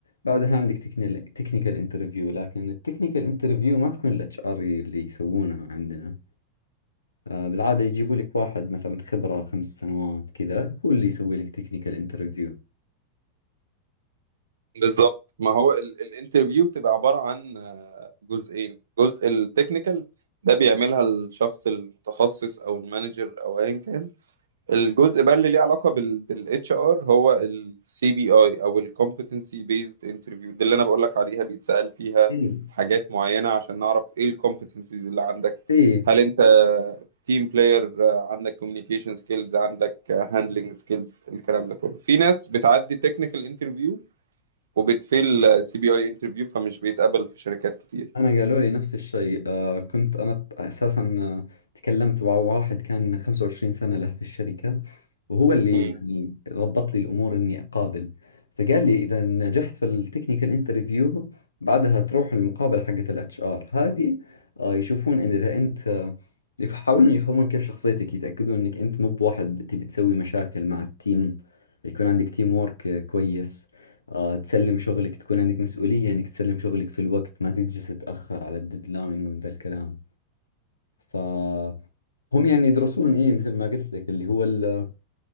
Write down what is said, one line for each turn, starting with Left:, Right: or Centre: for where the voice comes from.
Left: بعدها عندك تكنيكال انترفيو لكن التكنيكال انترفيو ما تكون الاتش ار اللي يسوونها عندنا آه بالعادة يجيبوا لك واحد مثلا خبرة خمس سنوات كذا هو اللي يسوي لك تكنيكال انترفيو
Right: بالظبط ما هو ال- الانترفيو بتبقى عبارة عن آه، جزئين جزء التكنيكال ده بيعملها الشخص المتخصص او المانجر او ايا كان الجزء بقى اللي ليه علاقه بال بالاتش ار هو السي بي اي او الكومبتنسي بيزد انترفيو دي اللي انا بقول لك عليها بيتسأل فيها
Left: ايوه
Right: حاجات معينه عشان نعرف ايه الكومبتنسيز اللي عندك
Left: ايه إيه.
Right: هل انت تيم بلاير عندك كوميونيكيشن سكيلز عندك هاندلنج سكيلز الكلام ده كله في ناس بتعدي تكنيكال انترفيو وبتفيل سي بي اي انترفيو فمش بيتقبل في شركات كتير
Left: انا قالوا لي نفس الشيء آه كنت انا اساسا آه، تكلمت مع واحد كان 25 سنة له في الشركة وهو اللي
Right: مم.
Left: يعني ضبط لي الامور اني اقابل فقال لي اذا نجحت في التكنيكال انترفيو بعدها تروح المقابلة حقت الاتش ار هذه آه يشوفون ان اذا انت آه، يحاولون يفهمون كيف شخصيتك يتاكدون انك انت مو بواحد تبي تسوي مشاكل مع التيم يكون عندك تيم وورك كويس آه تسلم شغلك تكون عندك مسؤولية انك تسلم شغلك في الوقت ما تجلس تتأخر على الديدلاين وذا الكلام فهم يعني يدرسون ايه مثل ما قلت لك اللي هو ال